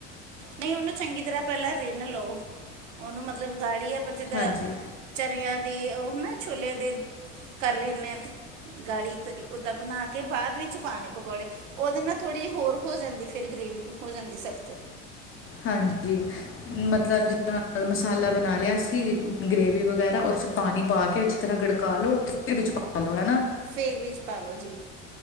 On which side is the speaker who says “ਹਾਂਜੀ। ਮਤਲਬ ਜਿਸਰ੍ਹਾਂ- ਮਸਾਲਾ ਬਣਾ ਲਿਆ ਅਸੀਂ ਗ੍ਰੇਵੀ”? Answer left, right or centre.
Left